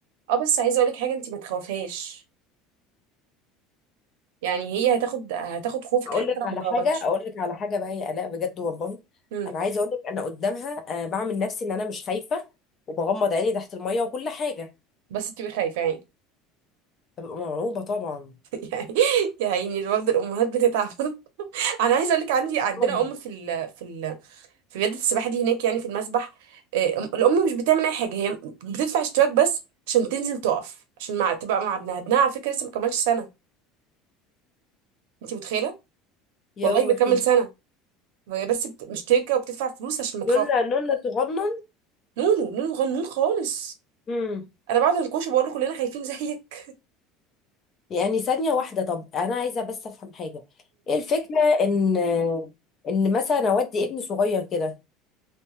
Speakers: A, on the right; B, on the left.
A: اه بس عايزه اقولك حاجه انت ما تخافيهاش يعني هي هتاخد هتاخد خوفك
B: اقول
A: حتى
B: لك
A: لو
B: على
A: ما
B: حاجه
A: جاوبتش
B: اقول لك على حاجه بقى يا الاء بجد والله
A: امم
B: انا عايزه اقول لك انا قدامها آه، بعمل نفسي ان انا مش خايفه وبغمض عيني تحت الميه وكل حاجه
A: بس تبقي خايفه يعني
B: ببقى مرعوبه طبعا
A: <laughs> يعني يعني برضه الامهات بتتعب <laughs> انا عايزه اقولك عندي عندنا
B: طبعاً.
A: ام في ال في ال في رياضه السباحه دي هناك يعني في المسبح آه، أم- الام مش بتعمل اي حاجه هي بتدفع اشتراك بس عشان تنزل تقف عشان مع تبقى مع ابنها ابنها على فكره لسه ما كملش سنه انت متخيله
B: يا
A: والله
B: روحي
A: بيكمل سنه هي بس بت- مشتركه وبتدفع فلوس عشان ما تخاف
B: نونا نونا صغنن
A: نونو نونو غنون خالص
B: امم
A: انا بعد انكوش بقول له كلنا خايفين زيك
B: يعني ثانيه واحده طب انا عايزه بس افهم حاجه ايه الفكره ان ان مثلا اودي ابني صغير كده